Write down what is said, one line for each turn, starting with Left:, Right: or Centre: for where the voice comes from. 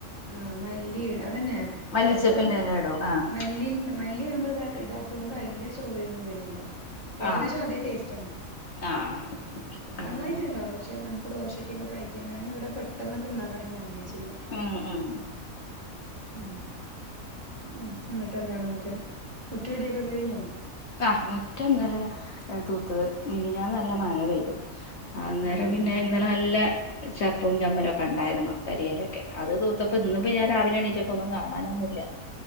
Right: ആഹ മല്ലീടെ അതന്നെ
Left: മല്ലിച്ചെപ്പിന്റെ
Right: സപ്പ
Left: എല ഇടും ആഹ്
Right: മല്ലി മല്ലി നമ്മൾ ഇടാത്തോണ്ട് അതിന്റെ ചൊവയൊന്നും വരൂല ഏകദേശം
Left: ആഹ്
Right: അതേ ടേസ്റ്റ് തന്നെ
Left: ആഹ് അങ്ങനെല്ലേ
Right: നന്നായിട്ട്ണ്ടാവും പക്ഷെ നമുക്ക് ദോശക്കൊക്കെ കഴിക്കാ ഞാനിവിടെ പെട്ടൊന്നൊക്കെ ഉണ്ടാക്കണെങ്കിൽ അങ്ങനെ ചെയ്യാ
Left: ആഹ് ആഹ്
Right: ഉ ഉ ന്നിട്ടെന്താണ് എന്നിട്ട് മുറ്റമ ടിയൊക്കെ കഴിഞ്ഞാ
Left: ആഹ് മുറ്റം ഇന്നലെ തൂത്തത് മിനിഞ്ഞാന്ന് നല്ല മഴ പെയ്തു അന്നേരം
Right: ആഹ്
Left: പിന്നെ
Right: ആഹ്
Left: ഇന്നലെ നല്ല ചപ്പും ചമ്മലുംക്കെണ്ടായിരുന്നു കരിയലൊക്കെ അത് തൂത്തപ്പൊ ഇന്നിപ്പൊ ഞാൻ രാവിലെ എണീച്ചപ്പോ ഒന്നും കാണാനൊന്നുംഇല്ല